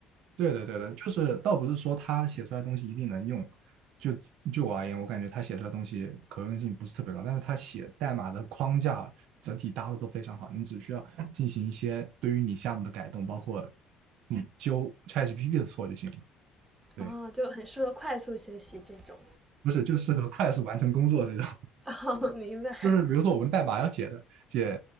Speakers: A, on the right (about 75°); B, on the right (about 15°).
A: 对的，对的，就是倒不是说他写出来的东西一定能用，就就我而言，我感觉他写出来的东西可用性不是特别高，但是他写代码的框架整体搭的都非常好，你只需要进行一些对于你项目的改动，包括你纠 ChatGPT 的错就行了。对，
B: 哦，就很适合快速学习这种。
A: 不是就适合快速完成工作这种。
B: <laughs> 哦，明白。
A: 就是比如说我们代码要写的写，